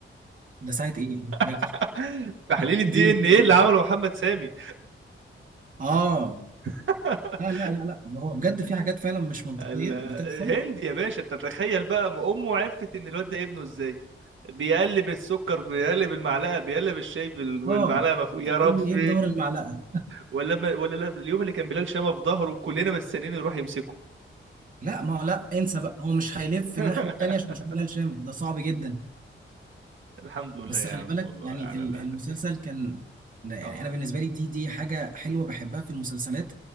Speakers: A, on the right; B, on the right.
A: ده ساعة ايه انا مش فاكر
B: <laughs> تحليل الدي
A: دي ان
B: ان
A: ايه
B: ايه
A: ايه
B: اللي عمله محمد سامي
A: اه
B: <laughs>
A: لا لا لا لا هو بجد في حاجات فعلا مش منطقية
B: الهند
A: بتحصل
B: يا باشا انت تتخيل بقى امه عرفت ان الواد ده ابنه ازاي بيقلب السكر بيقلب المعلقه بيقلب الشاي بال- والمعلقه
A: اه
B: ما فوق
A: دي
B: يا ربي
A: ان ايه بظهر المعلقة
B: ولا ما ولا لا اليوم اللي كان بلال شامه في ظهره كلنا مستنيين يروح يمسكه
A: لا ما هو لا انسى بقى هو مش هيلف
B: <laughs>
A: الناحية التانية عشان يشوف بلال شام ده صعب جدا
B: الحمد لله
A: بس
B: يا
A: خلي
B: عم
A: بالك
B: والله
A: يعني
B: على
A: ال-
B: اللي احنا
A: المسلسل
B: فيه
A: كان ده يعني
B: اه
A: انا بالنسبة لي دي دي حاجة حلوة بحبها في المسلسلات